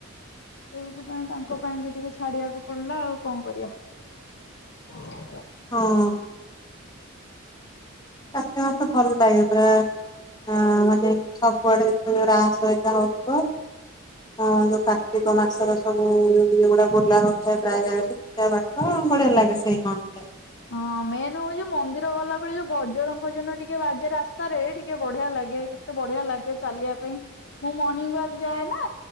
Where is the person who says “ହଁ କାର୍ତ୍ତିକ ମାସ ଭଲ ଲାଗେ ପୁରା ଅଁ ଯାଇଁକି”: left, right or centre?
Left